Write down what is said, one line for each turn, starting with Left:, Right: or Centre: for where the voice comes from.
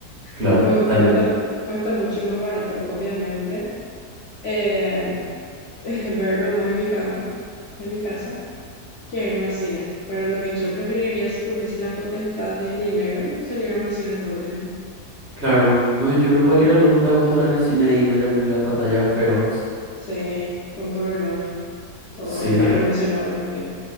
Right: Claro,
Left: Tipo,
Right: también.
Left: cuesta, cuesta mucho más barato, obviamente, eh, <laughs> verlo más en mi cama, en mi casa, que irme al cine. Pero lo que yo preferiría si tuviese la potestad del dinero sería irme al cine todo el tiempo.
Right: Claro. No, yo creo que cualquiera lo da gusto estar en el cine y ver la película a pantalla feroz.
Left: Sí, con Polaroid, todo
Right: Sí,
Left: el aire
Right: re.
Left: acondicionado, refrío,